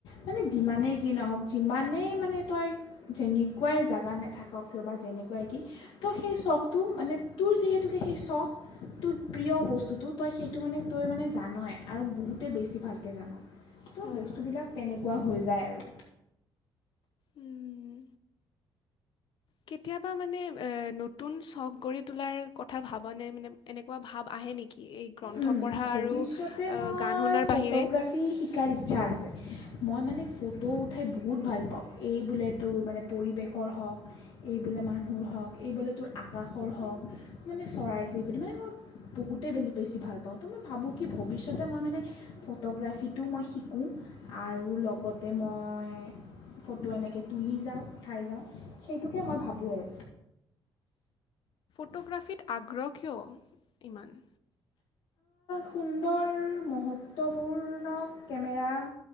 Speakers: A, on the left; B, on the left.
A: মানে যিমানেই
B: হুম হুম
A: যি নহওক যিমানেই মানে তই যেনেকুৱাই জোগাত নেথাক। <unintelligible> বা যেনে কই কি, তই সেই চখটো মানে তোৰ যিহেতুকে সেই চখ তোৰ প্ৰিয় বস্তুটো তই সেইটো মানে তই মানে জানই আৰু বহুতেই বেছি ভালকে জান। ত'
B: হয়
A: বস্তুবিলাক
B: হয়
A: তেনেকুৱা হৈ যায় আৰু।
B: উম, কেতিয়াবা মানে এ নতুন চখ গঢ়ি তোলাৰ কথা ভাবনে, মানে এনেকুৱা ভাৱ আহে নেকি। এই গ্ৰন্থ
A: উম,
B: পঢ়া
A: ভৱিষ্যতে
B: আৰু আ,
A: মই
B: গান শুনাৰ
A: ফ'টোগ্ৰাফী
B: বাহিৰে
A: শিকাৰ ইচ্ছা আছে। মই মানে ফ'টো উঠাই বহুত ভাল পাওঁ। এই বোলে তোৰ মানে পৰিৱেশৰ হওক, এই বোলে মানুহৰ হওক, এই বোলে তোৰ আকাশৰ হওক, মানে চৰাই-চিৰিকটি মানে মই বহুতেই <unintelligible> বেছি ভাল পাওঁ। ত' মই ভাবোঁ কি ভৱিষ্যতে মই মানে ফ'টোগ্ৰাফীটো মই শিকোঁ আৰু লগতে মই ফ'টো এনেকে তুলি যাওঁ, উঠাই যাওঁ, সেইটোকে মই ভাবোঁ আৰু।
B: ফ'টোগ্ৰাফীত আগ্ৰহ কিয় ইমান?
A: সুন্দৰ মহত্বপূৰ্ণ কেমেৰা